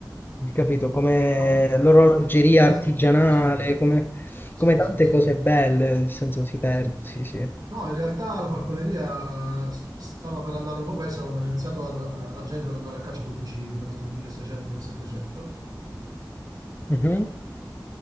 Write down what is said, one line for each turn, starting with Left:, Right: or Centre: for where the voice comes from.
Left: hai capito? Come
Right: No,
Left: l'orologeria
Right: in realtà
Left: artigianale,
Right: sì,
Left: come,
Right: sì,
Left: come tante
Right: sì, sì.
Left: cose belle, nel senso si perde,
Right: Sì.
Left: sì, sì.
Right: No, in realtà la falconeria s- stava per andare un po' persa quando hanno iniziato ad and- eh, la gente ad andare a caccia con i fucili, per esempio 1600-1700,
Left: Mhm,